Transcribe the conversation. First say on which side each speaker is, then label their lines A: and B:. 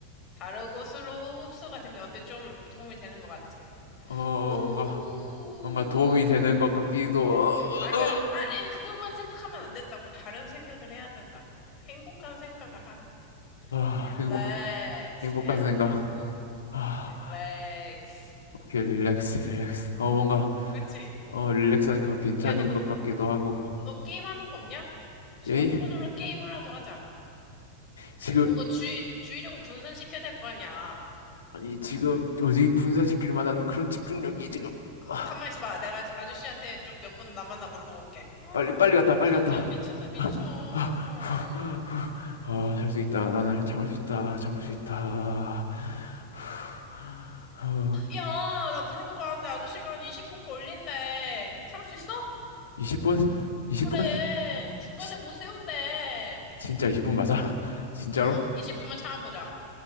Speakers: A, on the left (about 30°); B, on the left (about 70°).
A: 다른 곳으로 흡수가 됩니다. 어때? 좀 도움이 되는 것 같지?
B: 어,
A: 후.
B: 뭔가 뭔가 도움이 되는 것 같기도. 어,
A: 아니야, 아니, 그것만 생각하면 안 된다고. 다른 생각을 해야 된다고. 행복한 생각을 하라고.
B: 어. 어. 아,
A: 릴렉스
B: 행복 행복한
A: 해야 된다고.
B: 생각. 아,
A: 릴렉스.
B: 오케이 릴렉스 릴렉스. 어 뭔가
A: 그치?
B: 어 릴렉스하니까 괜찮은
A: 야, 너 뭐,
B: 것 같기도 하고.
A: 너 게임 하는 거 없냐? 스마트폰으로
B: 예?
A: 게임을 라도 하자.
B: 지금
A: 뭔가 주의, 주의력을 분산시켜야 될 거 아니야.
B: 아니 지금 어디 분산시킬 만한 그런 집중력이 지금
A: 아,
B: 아,
A: 가만 있어봐. 내가 아- 아저씨한테 좀 몇 분 남았나 물어보고 올게. 아,
B: 빨리 빨리 갔다 빨리
A: 진짜
B: 갔다.
A: 미친다, 미쳐.
B: <laughs>
A: 아,
B: 어, 할 수 있다. 나는 참을 수 있다. 참을 수 있다. <sighs> 어,
A: 야, 나 물어보고 가는데 아저씨가 한 20분 걸린대. 참을 수 있어?
B: 20분? 20분?
A: 그래. 중간에
B: 지,
A: 못 세운대.
B: 진짜 20분 맞아? <laughs> 진짜로?
A: 응, 20분만 참아보자.